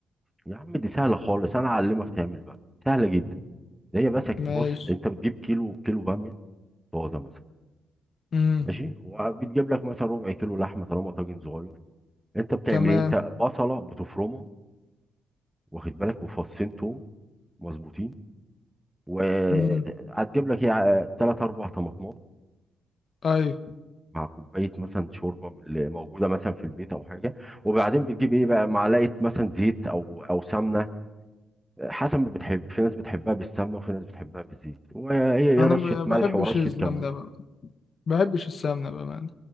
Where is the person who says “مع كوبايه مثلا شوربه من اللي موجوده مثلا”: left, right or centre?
Centre